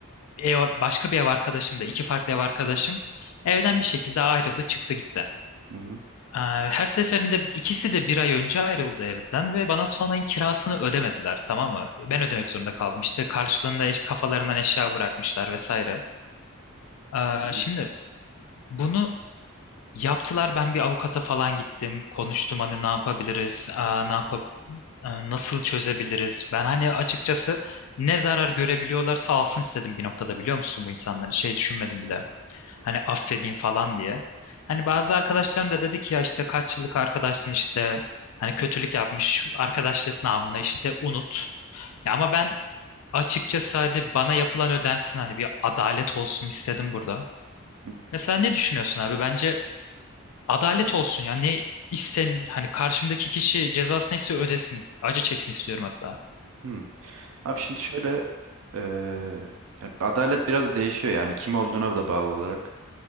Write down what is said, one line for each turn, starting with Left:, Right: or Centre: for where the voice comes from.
Left: ev, başka bir ev arkadaşım da iki farklı ev arkadaşım evden bir şekilde ayrıldı çıktı gitti.
Right: hı hı,
Left: Eee, her seferinde ikisi de bir ay önce ayrıldı evden ve bana son ayın kirasını ödemediler tamam mı? Ben ödemek zorunda kaldım işte karşılığında eş, kafalarından eşya bırakmışlar vesaire. Eee,
Right: hı hı,
Left: şimdi... Bunu Yaptılar ben bir avukata falan gittim konuştum hani ne yapabiliriz aa, ne yap nasıl çözebiliriz ben hani açıkçası ne zarar görebiliyorlarsa alsın istedim bir noktada biliyor musun bu insanları şey düşünmedim bile hani affedeyim falan diye hani bazı arkadaşlarım da dedi ki ya işte kaç yıllık arkadaşsın işte hani kötülük yapmış arkadaşlık namına işte unut ya ama ben açıkçası hani bana yapılan ödensin hani bir adalet olsun istedim burada
Right: hı
Left: mesela ne düşünüyorsun abi bence Adalet olsun ya. Ne isten hani karşımdaki kişi cezası neyse ödesin. Acı çeksin istiyorum hatta.
Right: hı. Abi şimdi şöyle eee, yani adalet biraz değişiyor yani kim olduğuna da bağlı olarak.